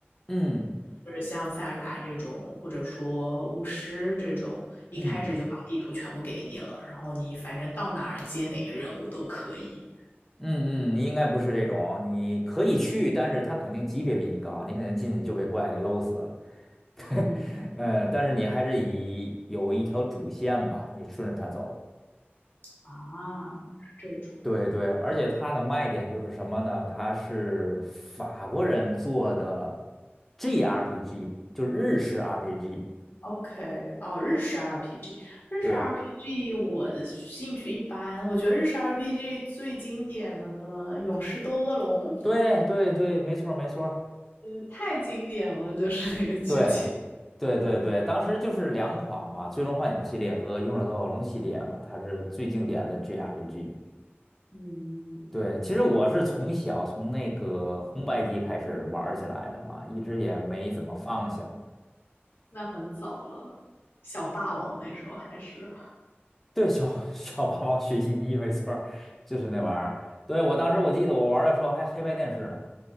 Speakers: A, in the centre; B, on the left.
A: 嗯
B: 就是像塞尔达这种，或者说巫师这种，一开始就把地图全部给你了，
A: 嗯
B: 然后你反正到哪儿接哪个任务都可以。
A: 嗯嗯，应该不是这种，你可以去，但是它肯定级别比你高，你肯定进去就被怪给搂死了。<laughs> 对，
B: 嗯
A: 嗯，但是你还是以有一条主线吧，你顺着它走。
B: 啊，是这种。
A: 对对，而且它的卖点就是什么呢？它是法国人做的 GRPG，就是日式 RPG。
B: OK，哦，日式 RPG，日式
A: 对
B: RPG 我的兴趣一般，我觉得日式 RPG 最经典的可能《勇士斗恶龙》，
A: 对对对，没错儿没错儿。
B: 呃，太经典了，就是那个剧情。
A: 对对对对，当时就是两款嘛，《最终幻想》系列和《勇者斗恶龙》系列嘛，它是最经典的 GRPG。
B: 嗯，
A: 对，其实我是从小从那个红白机开始玩儿起来了嘛，一直也没怎么放下。
B: 那很早了，小霸王那时候还是
A: 对，小 <laughs> 小霸王学习机没错儿就是那玩意儿。
B: <laughs>
A: 对，我当时我记得我玩儿的时候还黑白电视呢。